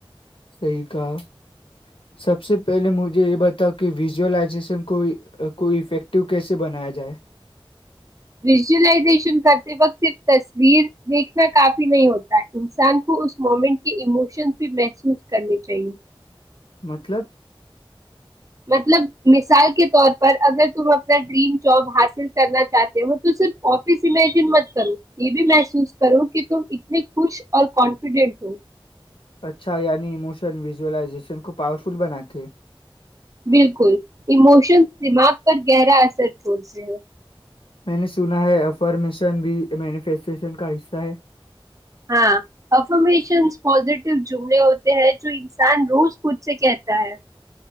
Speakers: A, on the left; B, on the right.
A: صحیح کہا سب سے پہلے مجھے یہ بتاؤ کہ ویزولائزیشن کو کو افیکٹیو کیسے بنایا جائے
B: ویژولائزیشن کرتے وقت صرف تصویر دیکھنا کافی نہیں ہوتا انسان کو اس مومنٹ کے اموشن بھی محسوس کرنی چاہیے
A: مطلب
B: مطلب مثال کے طور پر اگر تم اپنا ڈریم جاب حاصل کرنا چاہتے ہو تو صرف آفس امیجن مت کرو یہ بھی محسوس کرو کہ تم اتنے خوش اور کانفیڈینٹ ہو
A: اچھا یعنی ایموشن ویژولائزیشن کو پاورفل بناتے
B: بالکل ایموشنز دماغ پر گہرا اثر چھوڑتے ہیں
A: میں نے سنا ہے افارمیشن بھی مینیفیسٹیشن کا حصہ ہے
B: ہاں افمیشنس پزیٹیو جملے ہوتے ہیں جو انسان روز خود سے کہتا ہے